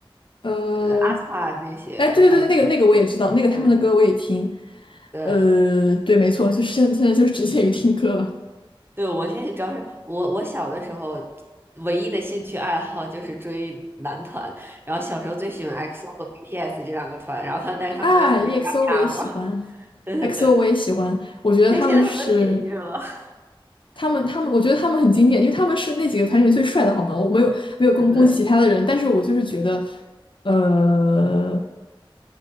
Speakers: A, on the left; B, on the right.
A: 呃，
B: aespa 那些还
A: 哎，对对对，那个那个我也知道，那个他们的歌我也听。
B: 嗯对
A: 呃，对，没错，就是现在现在就是只限于听歌了。
B: 对，我现在主要是我我小的时候唯一的兴趣爱好就是追男团，然后小时候最喜欢 XO 和 BTS 这两个团，然后他们但是他们当时不是掐架吗？
A: 啊，EXO 我也喜欢，XO
B: <laughs> 对对对，
A: 我也喜欢，我觉得他们是
B: 但现在他们都解约了，
A: 他们他们，
B: <laughs> 就
A: 我觉得他们很经典，因为他们是那几个团里面最帅的，好吗？我没有没有攻攻击其他的人，
B: 对对
A: 但是我就是觉得，呃，